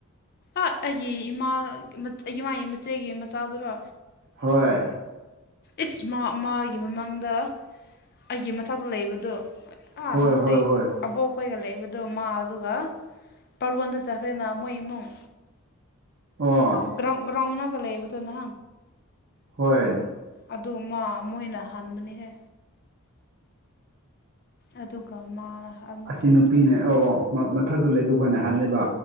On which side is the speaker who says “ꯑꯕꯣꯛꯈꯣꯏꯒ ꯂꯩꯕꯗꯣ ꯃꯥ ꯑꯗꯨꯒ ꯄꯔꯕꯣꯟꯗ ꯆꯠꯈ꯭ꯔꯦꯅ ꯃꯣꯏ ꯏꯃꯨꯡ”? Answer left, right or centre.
Left